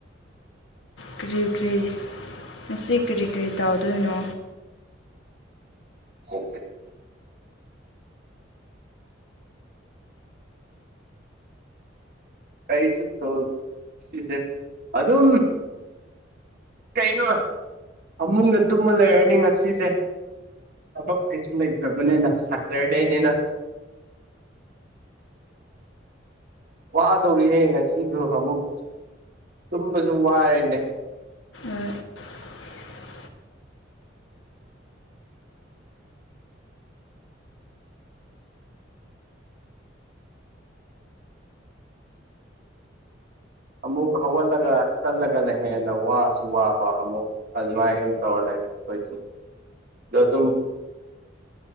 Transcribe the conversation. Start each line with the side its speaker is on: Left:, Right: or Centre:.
Left: ꯀꯔꯤ ꯀꯔꯤ ꯃꯁꯤꯁꯤ ꯀꯔꯤ ꯀꯔꯤ ꯇꯧꯗꯣꯏꯅꯣ
Right: ꯑꯣꯦ ꯀꯩꯁꯨꯠꯇꯁꯦ ꯑꯗꯨ ꯑꯗꯨꯝ ꯀꯩꯅꯣ ꯐꯃꯨꯡꯗ ꯇꯨꯝꯃ ꯂꯩꯔꯅꯤ ꯉꯁꯤꯁꯦ ꯑꯕꯛ ꯀꯩꯁꯨ ꯂꯩꯒꯅꯦ ꯁꯇꯔꯗꯦꯅꯤꯅ <inaudible> ꯋꯥꯗꯧꯔꯤꯍꯦ ꯉꯁꯤꯁꯨ ꯑꯃꯨꯛ ꯇꯨꯝꯕꯁꯨ ꯋꯥꯔꯅꯦ
Left: ꯎ
Right: ꯑꯃꯨꯛ ꯍꯧꯒꯠꯂꯒ ꯆꯠꯂꯒꯅ ꯍꯦꯟꯅ ꯋꯥꯁꯨ ꯋꯥꯕ ꯑꯃꯨꯛ ꯑꯗꯨꯃꯥꯏꯅ ꯑꯃ ꯇꯧꯔ ꯂꯩ ꯩꯁ ꯑꯗ ꯑꯗꯨꯝ